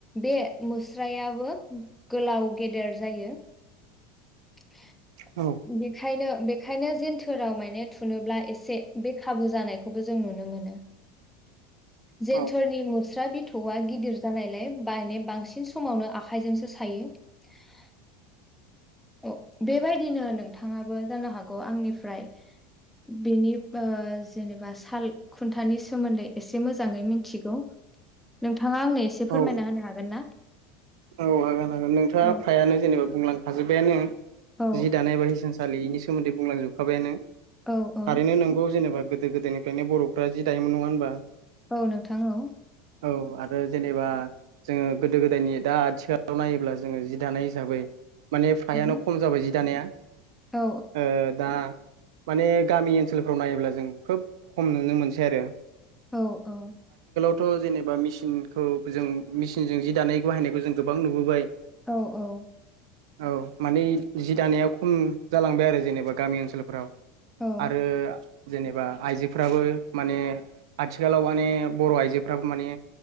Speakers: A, in the centre; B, on the right.
A: बे मुस्रा <unintelligible> बो गोलाव गेदेर जायो। <inaudible>
B: औ
A: बेखायनो बेखायनो जेनथोराव माने थुनोब्ला एसे बे खाबु जानायखौबो जों नुनो मोनो जेन्थोरनि
B: औ
A: मुस्रा बिथौआ गिदिर जानायलाय बायनाय बांसिन समावनो आखाइजोंसो सायो <inaudible> बेबायदिनो नोंथाङाबो जानो हागौ आंनिफ्राय बेनि ओ जेनेबा साल खुन्थानि सोमोन्दै एसे मोजाङै मिथिगौ नोंथाङा आंनो एसे
B: औ
A: फोरमायना होनो हागोन ना?
B: औ हागोन हागोन नोंथाङा
A: औ
B: फ्रायानो जेनेबा बुंलांखाजोब्बायानो
A: औ
B: जि दानाय ए बा हिसानसालि बेनि सोमोन्दै बुंलांजोबखाबायानो
A: औ औ
B: थारैनो नोंगौ जेनेबा गोदो गोदायनिफ्रायनो बर'फ्रा जि दायोमोन नङा होनबा?
A: औ नोंथां औ
B: औ आरो जेनेबा जोङो गोदो गोदायनि दा आथिखालाव नायोब्ला जोङो जि दानाय हिसाबै माने फ्रायानो
A: औ
B: खम जाबाय जि दानाया ओ
A: औ
B: दा माने गामि ओनसोलफोराव नायोब्ला जों खोब खम नुनो मोनसै आरो
A: औ औ
B: थ' जेनेबा मेसिनखौ जों मेचिनजों जि दानाय बाहायनायखौ जों गोबां नुबोबाय
A: औ औ
B: औ माने जि दानाया खम जालांबाय आरो जेनेबा गामि ओनसोलफोराव
A: औ
B: आरो जेनेबा आइजोफ्राबो माने आथिखालाव माने बर' आइजोफ्राबो माने